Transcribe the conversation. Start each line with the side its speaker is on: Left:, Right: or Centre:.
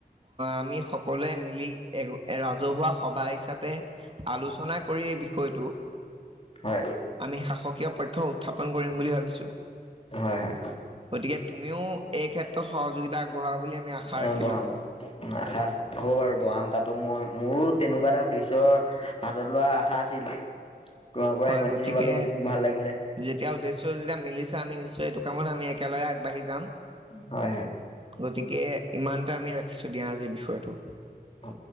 Right: আমি সকলোৱে মিলি এক এ ৰাজহুৱা সভা হিচাপে আলোচনা কৰি এই বিষয় বিষয়টো
Left: হয়
Right: আমি শাসকীয় পক্ষ্যই উৎথাপন কৰিম বুলি ভাবিছো।
Left: হয় হয়
Right: গতিকে, আমিও এই ক্ষেত্ৰত সহযোগিতা আগবঢ়াব বুলি আমি আশা
Left: অ
Right: ৰাখিলোঁ।
Left: বহাম বাৰু আশা হ'ব বাৰু বঢ়াম তাতো মই মোৰো তেনেকুৱা এটা উদ্দেশ্য হাতত লোৱাৰ আশা আছিল। তোমাৰ পৰা
Right: হয়
Left: ইমান
Right: গতিকে,
Left: খিনি পালো ভাল লাগিলে
Right: যেতিয়া উদ্দেশ্য যেতিয়া মিলিছে আমি নিশ্চয় এইটো কামত আমি একেলগে আগবাঢ়ি যাম।
Left: হয়, হয়।
Right: গতিকে ইমানটা আমি ৰাখ ৰাখিছো দিয়া আজিৰ বিষয়টো।
Left: হ'ব